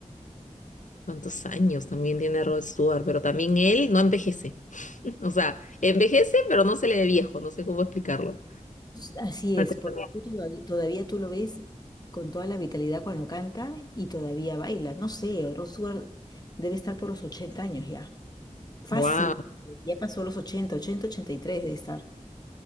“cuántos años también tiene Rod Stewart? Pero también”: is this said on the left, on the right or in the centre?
Left